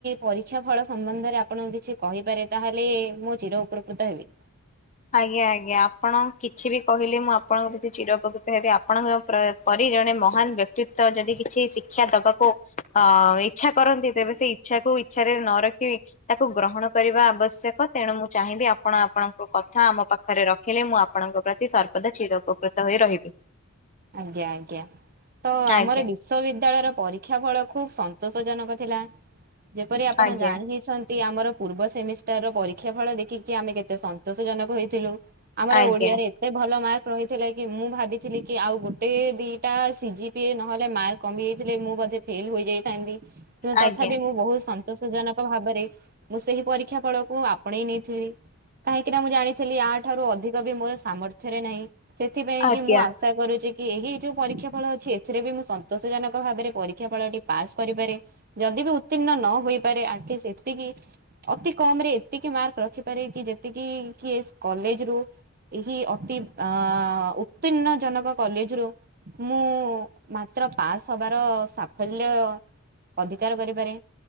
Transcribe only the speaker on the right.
ପରୀକ୍ଷା ଫଳ ସମ୍ବନ୍ଧରେ ଆପଣଙ୍କୁ କିଛି କହିପାରେ ତାହେଲେ ମୋ ଚିର ଉପକୃତ ହେବି।
ଆଜ୍ଞା ଆଜ୍ଞା ତ ଆମର
ବିଶ୍ ବିଦ୍ୟାଳୟର। ପରୀକ୍ଷା ଫଳ ଖୁବ ସନ୍ତୋଷ ଜନକ ଥିଲା ଯେପରି ଆପଣ
ଜାଣି ହେଇଛନ୍ତି ଆମର ପୂର୍ବ ସେମିଷ୍ଟାର ର ପରୀକ୍ଷା ଫଳ ଦେଖିକି ଆମେ କେତେ ସନ୍ତୋଷ ଜନକ ହୋଇଥିଲୁ। ଆମର
ଓଡିଆରେ ଏତେ ଭଲ ମାର୍କ ରହିଥିଲା କି ମୁଁ ଭାବିଥିଲି କି ଆଉ ଗୋଟେ ଦିଟା ସିଜିି ପି ନହେଲେ ମାର୍କ କମି ଯାଇଥିଲେ ମୁଁ ବୋଧେ ଫେଲ ହୋଇଯାଇଥାନ୍ତି। ତଥାପି
ମୁଁ ବହୁତ ସନ୍ତୋଷ ଜନକ ଭାବରେ ମୁଁ ସେହି ପରୀକ୍ଷା ଫଳକୁ ଆପଣେଇ ନେଇଥିଲି। କାହିଁକିନା ମୁଁ ଜାଣିଥିଲି ଆଠାରୁ ଅଧିକ ବି ମୋର ସାମର୍ଥ୍ୟରେ ନାହିଁ ସେଥିପାଇଁ
କି ମୁଁ ଆସି ଏହି ଯୋଉ ପରୀକ୍ଷା ଫଳ ଅଛି ଏଥିରେ ବି ମୁଁ ସନ୍ତୋଷ ଜନକ ଭାବରେ ପରୀକ୍ଷା ଫଳଟି ପାସ କରିପାରେ। ଯଦି ବି ଉତ୍ତୀର୍ଣ୍ଣ ନ ହୋଇପାରେ ଆଠ ଏତିକି ଅତି କମ ରେ ଏତିକି ମାର୍କ ରଖିପାରେ କି? ଏତିକି କିଏସେ କଲେଜ ରୁଏହି ଅତି ଅ ଉତୀର୍ଣ। ଜନକ କଲେଜ ରୁ ମୁଁ ମାତ୍ର ପାସ୍ ହବାର ସାଫଲ୍ୟ। ଅଧିକାର କରିପାରେ।